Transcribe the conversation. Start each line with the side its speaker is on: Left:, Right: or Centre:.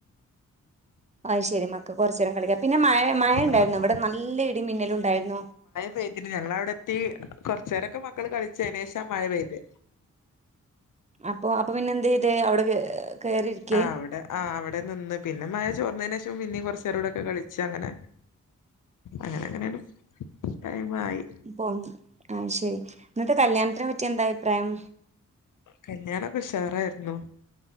Right: അയ് ശെരി. മക്കക്ക് കൊറ്ച്ചേരം കളിക്കാം. പിന്നെ മഴ മഴ ഇണ്ടായിരുന്നു.
Left: ആഹ്
Right: ഇവിടെ
Left: ആഹ്
Right: നല്ല ഇടിമിന്നലും ഇണ്ടായിരുന്നു.
Left: പെയ്തിട്ടില്ല. ഞങ്ങളവിടെ എത്തി. കൊറ്ച്ചേരൊക്കെ മക്കൾ കളിച്ചു. അയിന് ശേഷ മഴ പെയ്തെ.
Right: അപ്പൊ അപ്പൊ പിന്നെ എന്ത് ചെയ്ത് അവിടെ കേ കേറിയിരിക്കേ
Left: ആ അവിടെ ആ അവിടെ നിന്ന്. പിന്നെ മഴ ചോർന്നേന് ശേഷം പിന്നിം കൊറ്ച്ചേരം കൂടൊക്കെ കളിച്ചു. അങ്ങനെ അങ്ങനെ അങ്ങനാണ്ട് ടൈമായി.
Right: ഓ ആഹ് ശെരി. ഇന്നത്തെ കല്യാണത്തിനെ പറ്റി എന്താ അഭിപ്രായം.
Left: കല്യാണൊക്കെ ഉഷാറായിരുന്നു.